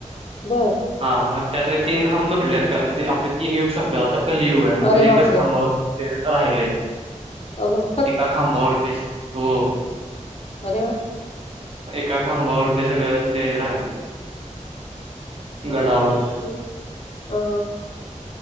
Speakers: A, on the left; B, on the right.
A: बर
B: हा मग त्यातले तीन खांब तुटले आहेत कारण ते आपले तीन युग संपल्यात आता कलयुग आहे म्हणजे
A: अरे
B: एकच
A: बापरे
B: खांबावर ते राहिले.
A: अहो.
B: एका खांबावरतीस हो.
A: अरे वा!
B: एका खांबावर ते सगळं ते राहिले. गडावर
A: हम अ